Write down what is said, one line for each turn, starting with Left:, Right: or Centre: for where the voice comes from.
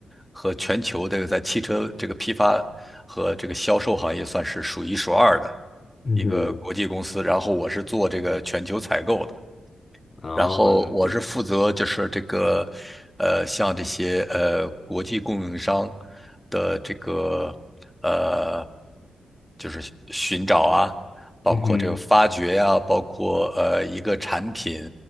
Centre: 和全球这个在汽车这个批发和这个销售行业算是数一数二的
Left: 嗯哼，
Centre: 一个国际公司。然后我是做这个全球采购的。
Left: 哦，
Centre: 然后我是负责就是这个，
Left: 了解。
Centre: 呃，像这些呃国际供应商的这个呃，就是寻寻找啊，包括这个发掘呀、
Left: 嗯哼，
Centre: 包括呃一个产品